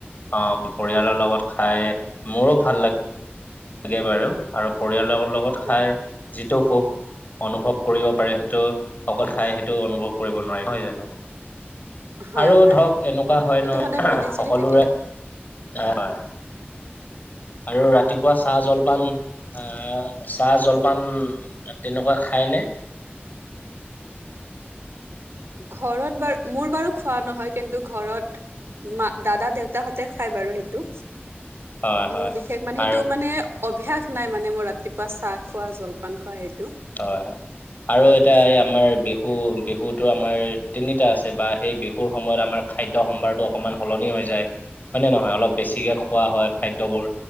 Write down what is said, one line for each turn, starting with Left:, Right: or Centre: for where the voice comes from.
Left: অঁ পৰিয়ালৰ লগত খাই মোৰো ভাল লা- লাগে বাৰু আৰু পৰিয়ালৰৰ লগত খাই
Right: হয়
Left: যিটো সুখ অনুভৱ কৰিব পাৰি সেইটো অকল খাই সেইটো অনুভৱ কৰিব নোৱাৰি নহয় জানো?
Right: হয়
Left: আৰু
Right: হয়
Left: ধৰক এনেকুৱা হয়
Right: এইটো
Left: নহয়
Right: সদায় মিলি জুলি
Left: সকলোৰে
Right: থাকিলে
Left: হয়। আৰু ৰাতিপুৱা চাহ জলপান আহ চাহ জলপান। তেনেকুৱা খাইনে।
Right: ঘৰত বাৰো মোৰ বাৰো খোৱা নহয় কিন্তু ঘৰত। মা, দাদা, দেউতাহতে খাই বাৰু সেইটো
Left: হয়, হয়
Right: মোৰ বিশেষ মানে
Left: আৰু
Right: সেইটো মানে। অভ্যাস নাই মানে মোৰ ৰাতিপুৱা চাহ খোৱা জলপান খোৱা সেইটো।
Left: হয় হয়। আৰু এটা এই আমাৰ বিহু বিহুতো আমাৰ তিনিটা আছে বা সেই বিহুৰ সময়ত আমাৰ। খাদ্যয় সম্ভাৰটো অকমান সলনি হৈ যায় হয় নে নহয় অলপ। বেছিকে খোৱা হয় খাদ্যবোৰ